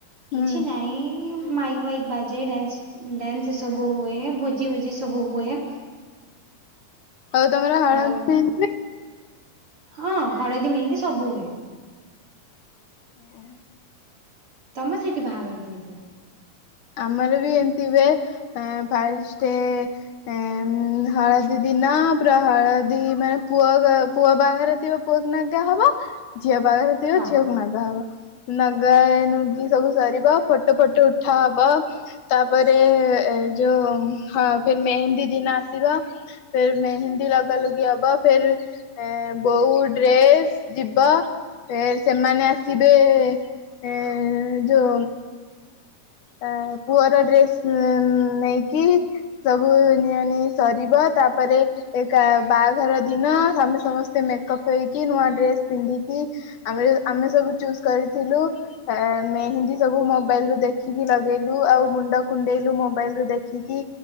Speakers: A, on the right; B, on the left.
A: କିଛି
B: ହୁଁ
A: ନାଇଁ ମାଇକ ଫାଇକ୍ ବାଜେ ଡ୍ୟାନସ ଡ୍ୟାନ୍ସ ସବୁ ହୁଏ ଭୋଜି ଭୋଜି ସବୁ ହୁଏ।
B: ଆଉ ତମର ହଳଦୀ
A: ଆଉ
B: ମେହେନ୍ଦି ନାହିଁ?
A: ହଁ ହଳଦୀ ମେହେନ୍ଦି ସବୁ ହୁଏ।
B: ଓ ହୋ।
A: ତମେ ସେଇଠି ବାହାଘର କେମିତି ହୁଏ?
B: ଆମର ବି ଏମିତି ହୁଏ ଅଁ ଫାଷ୍ଟେ ଏଁ ହଳଦୀ ଦି କିନା ପୁରା ହଳଦି ମାନେ ପୁଅ ଗ ପୁଅ ବାଘରେ ଥିବା ପୁଅକୁ ନଗା ହବ ଝିଅ ବାହାଘରେ ଥିବ
A: ହଁ
B: ଝିଅକୁ ନାଗା ହବ ନାଗା ନୁଗି ସବୁ ସରିବା ଫଟୋ ଫଟୋ ଉଠି ଠା ହବ ତାପରେ ଏ ଯୋଉ ହଁ ଫେ ମେହେନ୍ଦୀ ଦିନ ଆସ ବ ଫେରେ ମେହିନ୍ଦୀ ଲଗା ଲୁଗି ହବ ଫେର ଅଁ ବୋଉ ଡ୍ରେସ ଯିବା ଫେରେ ସେମାନେ ଆସିବେ ଏଁ ଯୋ ଅଁ ପୁଅର ଡ୍ରେସ୍ ନେଇକି ସବୁ ନିଆ ନୁଇ ସରିବ ତାପରେ ଏକା ବାହାଘର ଦିନ ଆମେ ସମସ୍ତେ ମେକଅପ୍ ହେଇକି କି ନୂଆ ଡ୍ରେସ ପିନ୍ଧିକି ଆମେ ଆମେ ସବୁ ଚୁସ୍ କରିଥିଲୁ ଆ ମେହନ୍ଦୀ ସବୁ ମୋବାଇଲ ରୁ ଦେ ଦେଖିକି ଲଗେଇଲୁ ଆଉ ମୁଣ୍ଡ କୁଣ୍ଡେଇଲୁ ମୋବାଇଲ ରୁ ଦେଖିକି,